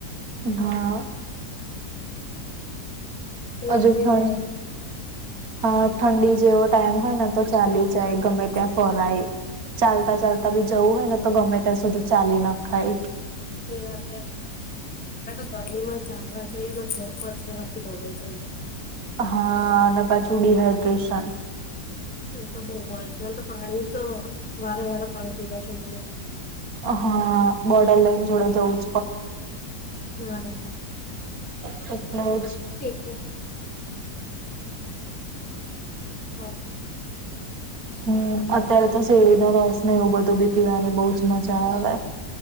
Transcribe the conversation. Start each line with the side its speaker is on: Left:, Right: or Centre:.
Right: ઘા.
Centre: એટલે
Right: હજુ
Centre: પછી
Right: ઠંડ
Centre: રેવા દીધું
Right: હા ઠંડી. જેવો ટાઈમ હોય ને. તો ચાલી જાય ગમે ત્યાં ફરાય.
Centre: હમ્મ
Right: ચાલતા ચાલતા બી જવું હોય ને તો ગમે ત્યાં સુધી ચાલી નાખાય.
Centre: એ <unintelligible> ગરમી માં ચાલવા જઈએ ઘ પરસેવાથી નવાય જાઇયે
Right: હા અને પાછું ડીહાઈડ્રેશન.
Centre: એ તો બઉ ઓર્જનલ તો પાણી તો વારે વારે પાણી પીવા જોઈએ મારે.
Right: હા બોટલ લઈને જોડે જાઉં
Centre: બરાબર.
Right: બધા એજ
Centre: એક મિનિટ હા.
Right: હમ્મ અત્યારે તો શેડીનો રસ ને એવું બધું બી પીવાની બહુ જ મજા આવે.